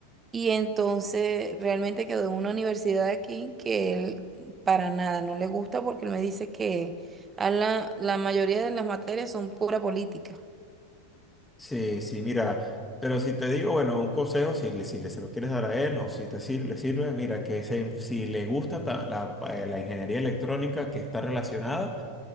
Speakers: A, on the right; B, in the centre.
A: Y entonces realmente quedó en una universidad de aquí que él para nada no le gusta porque él me dice que a la, la mayoría de las materias son pura política.
B: sí, sí, mira, pero si te digo, bueno, un consejo, si, le- si le, se lo quieres dar a él o si te sir- le sirve, mira, que se- si le gusta ta- la, eh, la ingeniería electrónica que está relacionada,